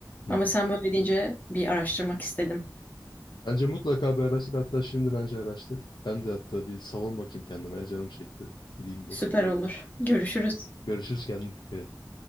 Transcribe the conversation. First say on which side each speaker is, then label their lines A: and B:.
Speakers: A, on the left (about 80°); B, on the left (about 25°).
A: Hı
B: Ama
A: hı.
B: sen böyle deyince bir araştırmak istedim.
A: Bence mutlaka bir araştır. Hatta şimdi bence araştır. Ben de hatta bir salon bakayım kendime. Canım çekti. Gideyim de.
B: Süper olur. Görüşürüz.
A: Görüşürüz kendine dikkat et.